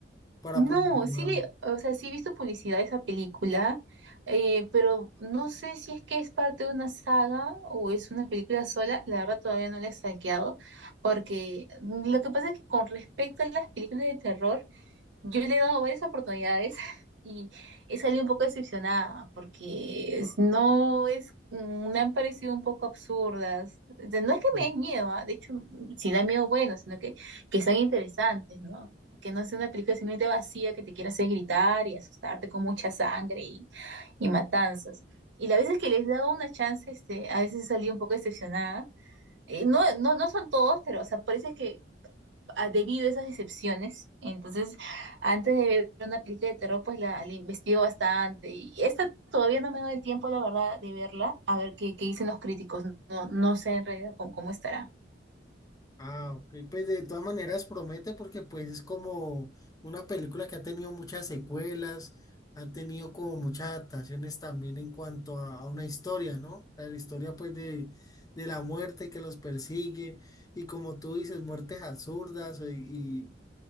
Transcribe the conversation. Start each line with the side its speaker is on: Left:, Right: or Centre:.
Left: para
Right: No,
Left: promocionarla.
Right: sí le, o sea, sí he visto publicidad de esa película, eh, pero no sé si es que es parte de una saga o es una película sola, la verdad todavía no la he stalkeado, porque lo que pasa es que con respecto a las películas de terror, Yo le he dado varias oportunidades <laughs> y he salido un poco decepcionada porque es- no es, mm, me han parecido un poco absurdas. O sea, no es que
Left: Sí.
Right: me den miedo, ¿ah? De hecho, si da miedo, bueno, sino que, que sean interesantes, ¿no? Que no sea una película simplemente vacía que te quiera hacer gritar y asustarte con mucha sangre y, y matanzas. Y las veces que les he dado una chance, este, a veces he salido un poco decepcionada. Eh, no, no, no son todos, pero, o sea, por eso es que ah, debido a esas decepciones. Entonces, antes de ver una película de terror, pues la, la investigo bastante. Y esta todavía no me da el tiempo, la verdad, de verla, a ver qué, qué dicen los críticos. No, no no sé en realidad cómo, cómo estará.
Left: Ah, ok, pues de todas maneras promete porque pues es como una película que ha tenido muchas secuelas, ha tenido como muchas adaptaciones también en cuanto a, a una historia, ¿no? La historia pues de, de la muerte que los persigue y como tú dices, muertes absurdas o- y,